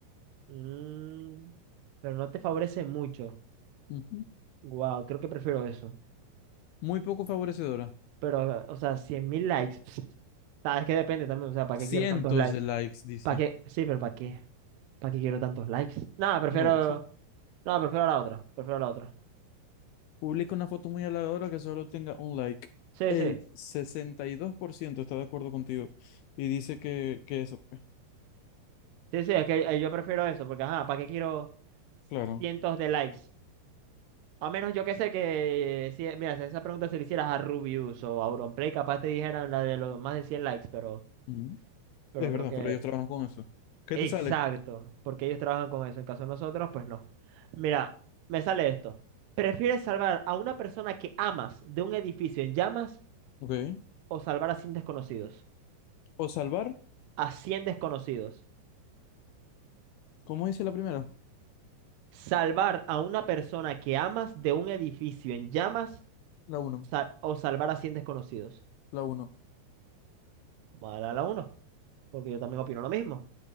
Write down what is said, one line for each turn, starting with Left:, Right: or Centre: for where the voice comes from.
Right: Mm, pero no te favorece mucho.
Left: Ujú.
Right: Wow, creo que prefiero eso.
Left: Muy poco favorecedora.
Right: Pero, o sea, 100.000 likes. pss, Sabes que depende también. O sea, ¿para
Left: Cientos
Right: qué quiero tantos likes?
Left: de likes, dice.
Right: ¿Para qué? Sí, pero ¿para qué? ¿Para qué quiero tantos likes? Nada, prefiero.
Left: No lo sé.
Right: No, prefiero la otra. Prefiero la otra.
Left: Publica una foto muy halagadora que solo tenga un like.
Right: Sí,
Left: El
Right: sí.
Left: 62% está de acuerdo contigo y dice que, que eso, pues,
Right: Sí, sí, es que eh, yo prefiero eso, porque, ajá, ¿para qué quiero
Left: claro.
Right: cientos de likes? A menos yo que sé que, si, mira, si esa pregunta se le hicieras a Rubius o a Auronplay, capaz te dijeran la de los más de 100 likes, pero,
Left: Ujú.
Right: pero
Left: Es
Right: creo
Left: verdad,
Right: que...
Left: pero ellos trabajan con eso. ¿Qué
Right: Exacto,
Left: te sale?
Right: porque ellos trabajan con eso. En caso de nosotros, pues no. Mira, me sale esto. ¿Prefieres salvar a una persona que amas de un edificio en llamas
Left: Ok.
Right: o salvar a cien desconocidos?
Left: O salvar,
Right: A 100 desconocidos.
Left: ¿cómo dice la primera?
Right: ¿Salvar a una persona que amas de un edificio en llamas?
Left: La uno
Right: sa- o salvar a 100 desconocidos.
Left: La uno
Right: Vamos a darle a la uno porque yo también opino lo mismo.